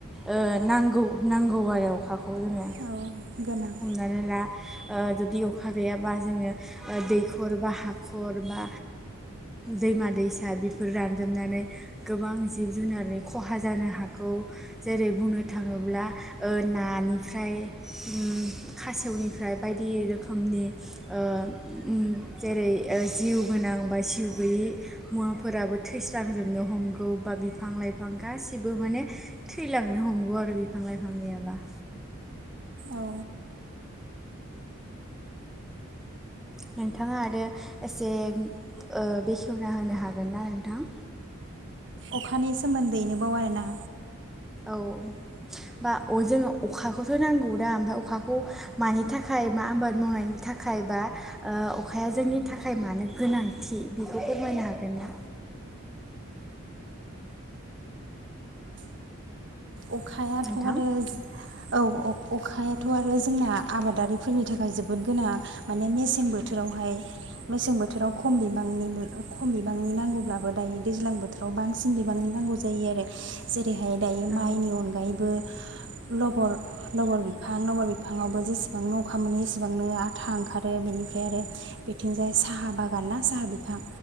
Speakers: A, in the centre; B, on the right.
A: ओ नांगौ नांगौ आरो अखाखौ जोङो।
B: औ। गोनां
A: हमनानै ला ओ जुदि अखा गैयाबा जोङो दैखर बा हाखर बा दैमा दैसा बेफोर रानजोबनानै गोबां जिब जुनारनि खहा जानो हागौ। जेरै बुंनो थाङोब्ला ओ नानिफ्राय उम खासेवनिफ्राय बायदि रोखोमनि ओ उम जेरै जिउ गोनां बा जिउ गैयि मुवाफोराबो थैस्रांजोबनो हमगौ बा बिफां लाइफां गासिबो माने थैलांनो हमगौ आरो बिफां लाइफां गैयाबा।
B: औ।
A: नोंथाङा आरो एसे ओ बेखेवना होनो हागोन ना नोंथां?
B: अखानि सोमोन्दैनोबाव आरोना?
A: औ बा अ जोङो अखाखौसो नांगौ दा ओमफ्राय अखाखौ मानि थाखाय मा आबाद मावनायनि थाखाय बा ओ अखाया जोंनि थाखाय मानो गोनांथि बेखौ फोरमायनो हागोन ना?
B: अखायाथ'
A: नोंथां
B: आरो औ अ- अखायाथ' आरो जोंना आबादारिफोरनि थाखाय जोबोद गोनां माने मेसें बोथोरावहाय मेसें बोथोराव ख-खम बिबांनि खम बिबांनि नांगौब्लाबो दायो दैज्लां बोथोराव बां बांसिन बिबांनि नांगौ जायो आरो जेरैहाय माइनि
A: औ
B: अनगायैबो लबर लबर बिफां लबर बिफाङावबो जेसेबांनो अखा मोनो एसेबांनो आथा ओंखारो बेनिफ्राय आरो बेथिंजाय साहा बागान ना साहा बिफां